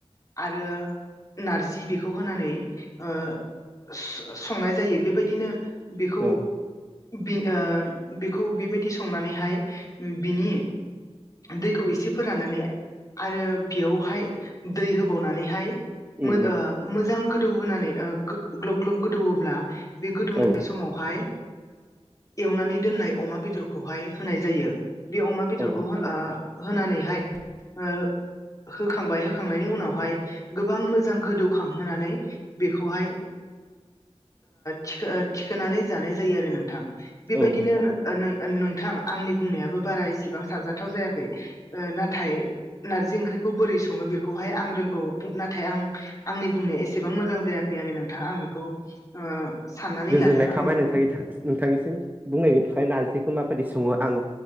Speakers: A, on the left; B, on the right.
A: आरो नारजि बेखौ होनानै ओ स-संनाय जायो। बेबायदिनो बेखौ
B: औ
A: बे ओ बेखौ बेबायदि संनानैहाय बिनि दैखौ एसे फोराननानै आरो बेयावहाय दै होबावनानैहाय
B: उम
A: मो
B: उम
A: ओ मोजां गोदौहोनानै ओ गो ग्लब ग्लब गोदौवोब्ला बे गोदौनाय
B: औ
A: समावहाय एवनानै दोननाय अमा बेदरखौहाय होनाय जायो। बे अमा बेदरखौ
B: औ
A: ओ होनानैहाय ओ होखांबाय होखांनायनि उनावहाय गोबां मोजां गोदौखांहोनानै बेखौहाय थि-थिखोनानै जानाय जायो आरो नोंथां बेबायदिनो
B: औ नोंथां
A: नो ओ नों नोंथां आंनि बुंनायाबो बारा इसेबां साबजाथाव जायाखै। नाथाय नारजि ओंख्रि खौ बोरै सङो बेखौहाय आं रोंगौ। बुं नाथाय आं आंनि बुंनाया एसेबां मोजां जायाखै आरो नोंथां। आं बेखौ ओ साननानै
B: गोजोननाय
A: लादों आंनि
B: थाबाय
A: बुंनो
B: नोंथांनि था नोंथांनिसिम बुंनायनायनि थाखाय नारजिखो माबायदि सङो आं